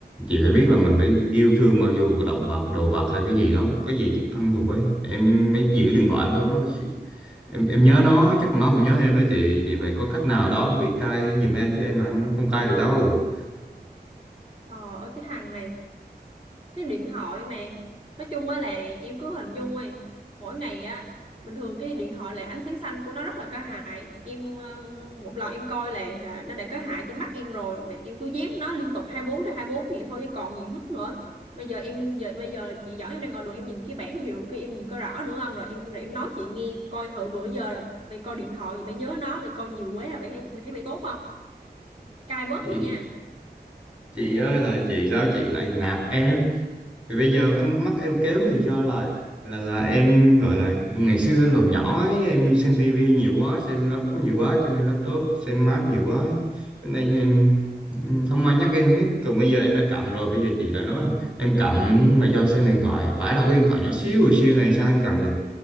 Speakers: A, in the centre; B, on the right.
A: chị phải biết là mình phải yêu thương mặc dù có động vật đồ vật hay cái gì đó cái gì thân thuộc ấy em mới giữ điện thoại em thôi nó nó em em nhớ nó chắc nó cũng nhớ em đó chị chị phải có cách nào đó bị cai giùm em chứ em là không không cai được đâu
B: Ờ, ơi cái thằng này. cái điện thoại mà nói chung á là em cứ hình dung đi mỗi ngày á bình thường cái điện thoại là ánh sáng xanh của nó rất là có hại em ờ, một lần em coi là à, nó đã có hại cho mắt em rồi mà em cứ dán nó liên tục 24 tới 24 vậy thôi chứ còn gì mất nữa bây giờ em giờ bây giờ chị giỏi em đang ngồi đường em nhìn cái bảng hiệu kia em nhìn có rõ nữa không rồi em rồi em nói chị nghe coi thử bữa giờ là mày coi điện thoại gì mày nhớ nó mày coi nhiều quá là mày thấy mày thấy mày tốt không cai bớt
A: chị
B: đi nha
A: chị ơi là chị sao chị lại nạt em thì bây giờ em mắt em kém thì do là là là em gọi là ngày xưa lúc nhỏ ấy, em xem tivi nhiều quá xem laptop nhiều quá cho nên laptop xem mát nhiều quá ấy. cho nên em ừm, không ai nhắc em hết còn bây giờ em đã cận rồi bây giờ chị lại nói là em cận mà do xem điện thoại phải là cái điện thoại nhỏ xíu xíu này sao em cận được